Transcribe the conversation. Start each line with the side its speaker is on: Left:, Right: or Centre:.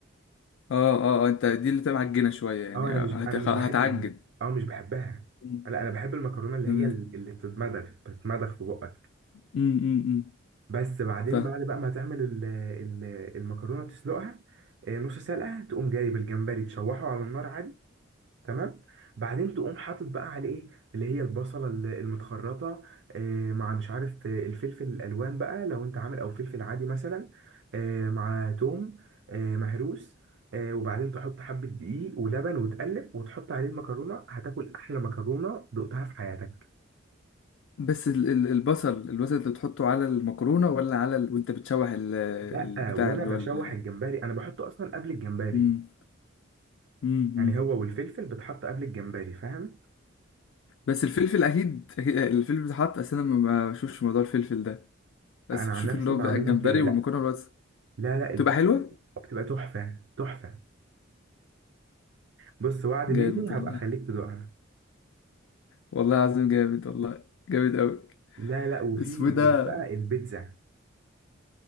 Left: اه اه اه، انت دي اللي تبقى معجنه شويه يعني
Right: أه أنا
Left: آه،
Right: مش أنا
Left: هتخ...
Right: مش
Left: هتعجن
Right: بحب دي أه مش بحبها
Left: مم.
Right: لا أنا بحب المكرونة اللي
Left: تمام
Right: هي ال- اللي بتتمضغ بتتمضغ في بقك
Left: امم امم
Right: بس بعدين
Left: ف
Right: بعد بقى ما تعمل ال- ال- المكرونة تسلقها آه، نص سلقة تقوم جايب الجمبري تشوحه على النار عادي تمام بعدين تقوم حاطط بقى عليه ايه اللي هي البصله ال- المتخرطه آه، مع مش عارف آه، الفلفل الالوان بقى لو انت عامل او فلفل عادي مثلا آه، مع توم آه، مهروس آه، وبعدين تحط حبه دقيق ولبن وتقلب وتحط عليه المكرونه هتاكل احلى مكرونه دقتها في حياتك
Left: بس ال- ال- البصل البصل اللي بتحطه على المكرونه ولا على ال... وانت بتشوح ال...
Right: لا
Left: البتاع
Right: وانا
Left: اللي
Right: بشوح
Left: هو ال...
Right: الجمبري انا بحطه اصلا قبل الجمبري
Left: مم، مم، مم.
Right: يعني هو والفلفل بتحط قبل الجمبري فاهم
Left: بس الفلفل اكيد أكيد- الفلفل بيتحط اصل انا ما بشوفش موضوع الفلفل ده بس
Right: انا
Left: بشوف
Right: عن نفسي
Left: اللي هو
Right: بعملها
Left: بقى الجمبري
Right: كده لا
Left: والمكرونه بس
Right: لا لا الفلفل
Left: تبقى حلوه
Right: بتبقى تحفه تحفه بص وعد
Left: جامد
Right: مني
Left: والله
Right: هبقى اخليك تدوقها
Left: والله العظيم جامد والله جامد قوي
Right: لا لا وفي
Left: اسمه إيه
Right: وفي
Left: ده
Right: بقى البيتزا